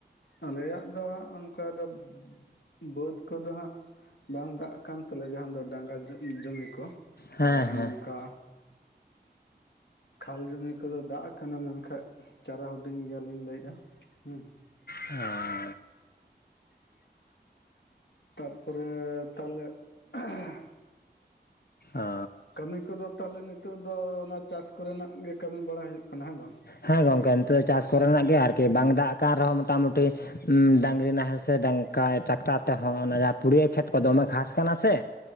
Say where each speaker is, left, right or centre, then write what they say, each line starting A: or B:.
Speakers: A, on the left; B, on the left.
A: ᱟᱞᱮᱭᱟᱜ ᱫᱚ ᱚᱱᱠᱟ ᱫᱚᱵ ᱵᱟᱹᱫ ᱠᱚᱫᱚ ᱦᱟᱸᱜ ᱵᱟᱝ ᱫᱟᱜ ᱟᱠᱟᱱ ᱛᱟᱞᱮᱭᱟ ᱡᱟᱦᱟᱸ ᱫᱚ ᱰᱟᱸᱜᱟ ᱡᱚ ᱡᱚᱢᱤ ᱠᱚ᱾
B: ᱦᱮᱸ
A: ᱟᱨ
B: ᱦᱮᱸ
A: ᱱᱚᱝᱠᱟ᱾ ᱠᱷᱟᱞ ᱡᱩᱢᱤ ᱠᱚᱫᱚ ᱫᱟᱜ ᱟᱠᱟᱱᱟ ᱢᱮᱱᱠᱷᱟᱡ ᱪᱟᱨᱟ ᱦᱩᱰᱤᱧ ᱜᱮᱭᱟ ᱞᱤᱧ ᱞᱟᱹᱭᱮᱜ-ᱟ, ᱦᱩᱸ᱾
B: ᱦᱟᱸ
A: ᱛᱟᱨᱯᱚᱨᱮ ᱛᱟᱞᱮ ᱮᱦᱮᱸᱢ᱾
B: ᱚ
A: ᱠᱟᱹᱢᱤ ᱠᱚᱫᱚ ᱛᱟᱦᱚᱞᱮ ᱱᱤᱛᱚᱜ ᱫᱚ ᱚᱱᱟ ᱪᱟᱥ ᱠᱚᱨᱮ ᱱᱟᱜ ᱜᱮ ᱠᱟᱹᱢᱤ ᱵᱟᱲᱟ ᱦᱩᱭᱩᱜ ᱠᱟᱱᱟ ᱦᱮᱸ ᱵᱟᱝ?
B: ᱦᱮᱸ ᱜᱚᱝᱠᱮ ᱱᱤᱛᱚᱜ ᱫᱚ ᱪᱟᱥ ᱠᱚᱨᱮ ᱱᱟᱜ ᱜᱮ ᱟᱨ ᱠᱤ ᱵᱟᱝ ᱫᱟᱜ ᱟᱠᱟᱱ ᱨᱮᱦᱚᱸ ᱢᱚᱴᱟᱼᱢᱩᱴᱤ ᱩᱸ ᱰᱟᱝᱜᱨᱤ ᱱᱟᱦᱮᱞ ᱥᱮ ᱰᱟᱝ ᱠᱟᱭ ᱴᱨᱟᱠᱴᱟᱨ ᱛᱮᱦᱚᱸ ᱚᱱᱟ ᱡᱟᱦᱟᱸ ᱯᱩᱲᱭᱟᱹ ᱠᱷᱮᱛ ᱠᱚ ᱫᱚᱢᱮ ᱜᱷᱟᱸᱥ ᱠᱟᱱᱟ ᱥᱮ